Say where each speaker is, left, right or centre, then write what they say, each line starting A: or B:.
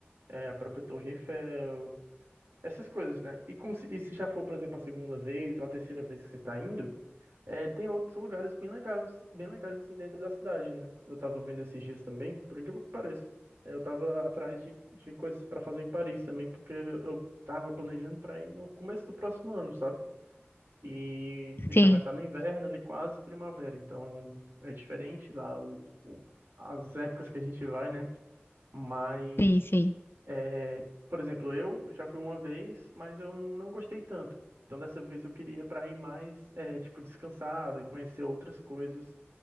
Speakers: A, on the right (about 80°); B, on the left (about 65°).
A: é, a própria Torre Eiffel. Essas coisas, né? E, como se, e se já for, por exemplo, a segunda vez ou a terceira vez que você está indo, é, tem outros lugares bem legais, bem legais assim, dentro da cidade, né? Eu tava vendo esses dias também, por incrível que pareça. é, Eu tava atrás de, de coisas para fazer em Paris também, porque eu tava planejando para ir no começo do próximo ano, sabe? E já
B: Sim,
A: vai estar no inverno ali, quase primavera, então é diferente lá o, o- as épocas que a gente vai, né? Mas,
B: sim, sim.
A: é, por exemplo, eu já fui uma vez, mas eu não gostei tanto. Então, dessa vez eu queria para ir mais, é, tipo, descansado e conhecer outras coisas,